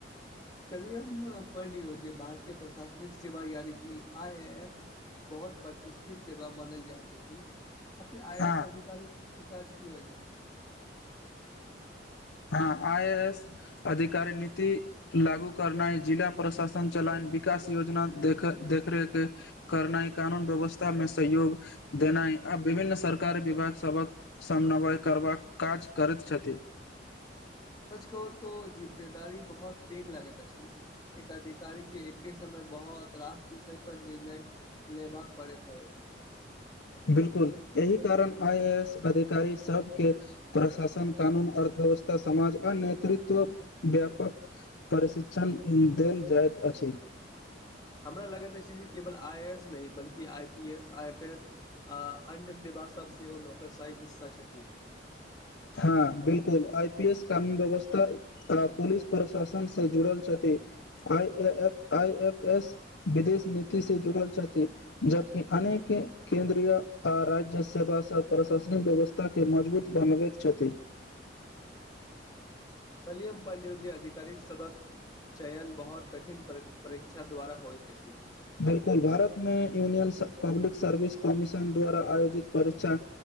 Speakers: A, on the left; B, on the left.
A: कलियम पढ़लिऔ जे भारतीय प्रशासनिक सेवा यानि कि आई ए एस बहुत प्रतिष्ठित सेवा मानल जाइत अछि अते आइ
B: हँ
A: ए एस अधिकारी काज की होइत जा
B: हाँ आइ ए एस अधिकारी नीति लागू करनाइ जिला प्रशासन चलान विकास योजना देख देख रेख करनाई कानून व्यवस्था में सहयोग देनाई आ विभिन्न सरकार विभाग सबक समन्वय करबाक काज करैत छथि
A: सच कहू तो जिब गाड़ी बहुत पेघ लगैत अछि एक अधिकारी के एके समय बहुत रास विषय पर निर्णय लेबाक पड़ेैत होय
B: बिल्कुल एहि कारण आइ ए एस अधिकारी सब के प्रशासन कानून अर्थव्यवस्था समाज आ नेतृत्व व्यापक प्रशिक्षण देल जाइत अछी
A: हमरा लगैत अछी केवल आई ए एस नहि बल्कि I P S I F S आ अन्य सेवा सब जे नौकरशाहीट हिस्सा छथिन
B: हाँ बिल्कुल आई पी एस कानून व्यवस्था आ पुलिस प्रशासन से जुड़ल छथि आ I A I F S विदेश नीति से जुड़ल छथिन जबकी अनेक केंन्द्रीय आ राज्य सेवा स प्रशासनिक व्यवस्था के मजबूत बनबैत छथि
A: कल्हि पढ़लीओ जे आधिकारिक सबक चयन बहुत कठिन पर परीक्षा द्वारा होईत अछी
B: बिल्कुल भारत में यूनियन पब्लिक सर्विस कमीशन द्वारा आयोजित परीक्षा